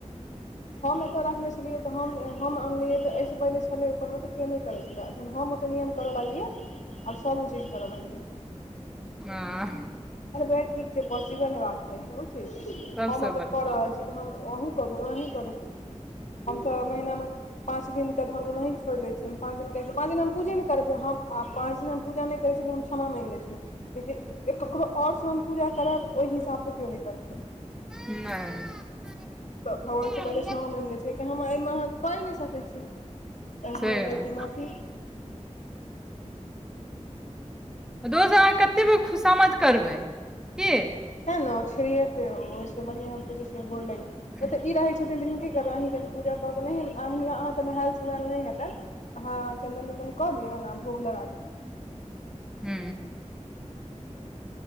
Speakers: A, on the left; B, in the centre.
A: हम एतऽ रखने छलियै तऽ हम हम अनलियै तऽ एहिसँ पहिले छलै करबै तऽ केओ नहि करै छलै आ जहन हम ओतेक नियम करय लगलियै आब सभ ओ चीज करय लगलियै
B: <unintelligible>
A: अरे ठीक छै पॉसिबल होबाक चाही नऽ उ चीज
B: सबसँ
A: हम अगर
B: बढ़िआँ
A: कऽ रहल छी त हम अहूँ करू अहीँ करू हम तऽ महीना मऽ पाँच दिन के तऽ हम ओनहिये छोड़ि दय छियै पाँच दिन क पाँच दिन हम पूजे ने, कि करबै हम आ पाँच दिन हम पूजा नहि करै छलियै हम क्षमा माँगि लय छलियै। लेकिन ककरो आओरसँ हम पूजा करैरब ओहि हिसाबसँ केओ नहि करथिन।
B: नहि
A: तऽ भगवानसँ पहिले क्षमा मंगै ले छी हम, एहिमे अहाँके कये नहि सकैत छी हमर
B: सही बात
A: गलती माफी।
B: दोसर कऽ अहाँ कतेक बेर खुशामद करबै की
A: इहै ने छिरियेतै ओहिसे बढ़िया गोर लगै
B: हुँ
A: छी। ई रहै छै, छथिन तऽ हिनकर आब अहीँ कनि पूजा कऽ केऽ नहि अऽ अहाँके नहायए सोनाएल नहि हेतनि अहाँ चन्दन चन्दन कऽ लियौन आ भोग लगा ली
B: हू